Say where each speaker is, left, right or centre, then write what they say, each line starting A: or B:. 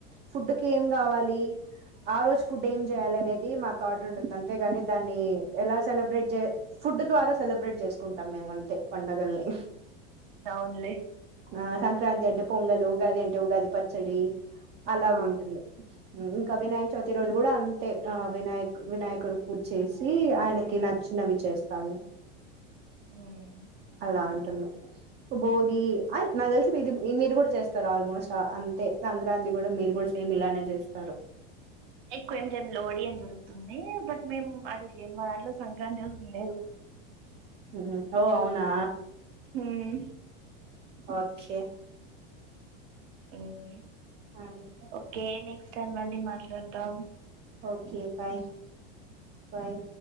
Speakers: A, on the right; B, on the right.
A: ఫుడ్ కేం గావాలీ ఆ రోజు ఫుడ్ ఏం చేయాలనేది మా థాట్ ఉంటున్ అంతేగాని దాన్నీ ఎలా సెలబ్రేట్ చే ఫుడ్ ద్వారా సెలబ్రేట్ చేస్కుంటాం మేం అంతే పండగల్ని
B: అవున్లె
A: ఆ సంక్రాంతి అంటే పొంగలు, ఉగాది అంటే ఉగాది పచ్చడీ అలాగుంటుంది.
B: ఆ
A: ఇంకా వినాయక చవితి రోజు గుడ అంతే ఆ వినాయక్ వినాయకుడు పూజ్ చేసి ఆయనకి నచ్ నవి చేస్తాము
B: ఉమ్
A: అలా అంటున్న భోగి ఆయ్ నాక్ తెల్సి మీది మీరు గుడా చేస్తార్ ఆల్మోస్ట్ ఆ అన్ తె సంక్రాంతి గుడా మీరు గుడ సేమ్ ఇలానే చేస్తారు.
B: ఎక్కు ఏం చేయం లోడీ అన్ జరుతుందీ బట్ మేము అది చేయం మా దాంట్లో సంక్రాంతి అసల్ లేదు.
A: మ్ ఓ అవునా
B: హ్మ్
A: ఓకే
B: మ్
A: అంటే?
B: ఓకే నెక్స్ట్ టైమ్ మళ్ళీ మాట్లాడ్తాం.
A: Okay bye bye